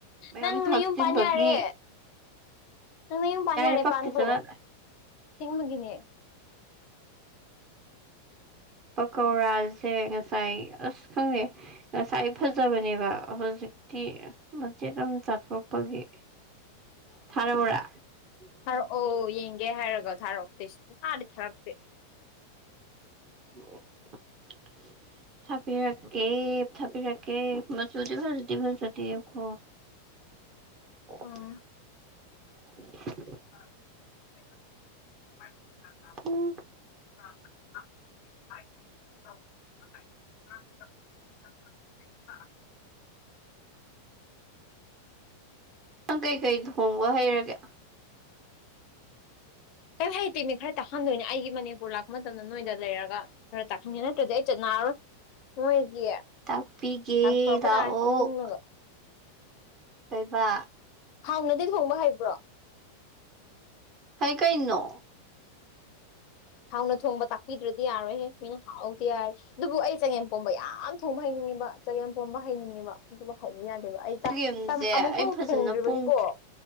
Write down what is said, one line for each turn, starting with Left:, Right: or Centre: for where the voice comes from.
Right: ꯃꯌꯥꯝ
Left: ꯅꯪ
Right: ꯊꯥꯛꯆꯤꯟꯕꯒꯤ
Left: ꯅꯌꯨꯝ ꯄꯥꯟ ꯌꯥꯔꯦ ꯅꯪ ꯅꯌꯨꯝ ꯄꯥꯟ ꯌꯥꯔꯦ
Right: ꯄꯛꯇꯦ
Left: ꯄꯥꯟꯈ꯭ꯔꯣ
Right: ꯆꯠꯂ
Left: ꯑꯁꯦꯡꯕꯒꯤꯅꯦ
Right: ꯄꯀꯧꯔꯥꯁꯦ ꯉꯁꯥꯏ ꯑꯁ ꯈꯪꯗꯦ ꯉꯁꯥꯏ ꯐꯖꯕꯅꯦꯕ ꯍꯧꯖꯤꯛꯇꯤ ꯃꯆꯦꯠ ꯑꯝ ꯆꯥꯊꯣꯛꯄꯒꯤ ꯊꯥꯔꯛꯎꯔꯥ
Left: ꯊꯥꯔꯛꯑꯣ ꯌꯦꯡꯒꯦ ꯍꯥꯏꯔꯒ‌ꯦ ꯊꯥꯔꯛꯑꯣ ꯄ꯭ꯂꯤꯁ ꯁꯨꯛꯊꯥꯗꯤ ꯊꯥꯔꯛꯇꯦ
Right: <inaudible> ꯊꯥꯕꯤꯔꯛꯀꯦ ꯊꯥꯕꯤꯔꯛꯀꯦ ꯃꯆꯨꯗꯤ ꯐꯖꯗꯤ ꯐꯖꯗ‌ꯦꯀ‌ꯣ <inaudible>
Left: ꯎꯝ <inaudible> <inaudible>
Right: ꯎꯝ
Left: <inaudible> <inaudible>
Right: ꯅꯪ ꯀꯩꯀꯩ ꯊꯣꯡꯕ ꯍꯩꯔꯒꯦ
Left: ꯀꯩꯝ ꯍꯩꯇꯦꯃꯤ ꯈꯔ ꯇꯥꯛꯍꯟꯗꯣꯏꯅꯦ ꯑꯩꯒꯤ ꯃꯅꯤꯄꯨꯔ ꯂꯥꯛꯄ ꯃꯇꯝꯗ ꯅꯣꯏꯗ ꯂꯩꯔꯒ ꯈꯔ ꯇꯥꯛꯍꯟꯒꯦ ꯅꯠꯇ꯭ꯔꯗꯤ ꯑꯩ ꯆꯠꯅꯔꯔꯣꯏ ꯃꯣꯏꯒꯤ
Right: ꯇꯥꯛꯄꯤꯒꯦ
Left: ꯇꯥꯟꯊꯣꯔꯛꯄ
Right: ꯂꯥꯛꯑꯣ
Left: ꯇꯥꯔꯦ ꯏꯃꯨꯡꯅꯒ
Right: ꯀꯩꯕ
Left: ꯍꯥꯎꯅꯗꯤ ꯊꯣꯡꯕ ꯍꯩꯕ꯭ꯔꯣ
Right: ꯑꯩ ꯀꯩꯅꯣ
Left: ꯍꯥꯎꯅ ꯊꯣꯡꯕ ꯇꯥꯛꯄꯤꯗ꯭ꯔꯗꯤ ꯌꯥꯔꯣꯏꯍꯦ ꯃꯤꯅ ꯍꯥꯎꯇꯦ ꯍꯥꯏ ꯑꯗꯨꯕꯨ ꯑꯩ ꯆꯒꯦꯝꯄꯣꯝꯕ ꯌꯥꯝ ꯊꯣꯡꯕ ꯍꯩꯅꯤꯡꯉꯦꯕ ꯆꯒꯦꯝ ꯄꯣꯝꯕ ꯍꯩꯅꯤꯡꯉꯦꯕ ꯑꯗꯨꯕꯨ ꯍꯩꯌꯨ ꯌꯥꯗꯦꯕ ꯑꯩ
Right: ꯆꯒꯦꯝꯁꯦ
Left: ꯇ ꯇꯝ ꯑꯃꯨꯛ
Right: ꯑꯩ
Left: ꯐꯥꯎ
Right: ꯐꯖꯅ
Left: ꯊꯣꯡꯗ꯭ꯔꯤꯕꯒꯤꯀꯣ
Right: ꯄꯨꯡꯗ꯭ꯔꯤ